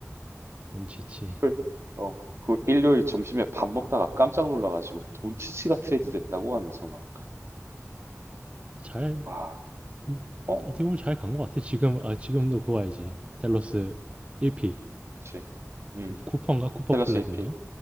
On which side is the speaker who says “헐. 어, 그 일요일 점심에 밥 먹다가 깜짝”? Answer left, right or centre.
Right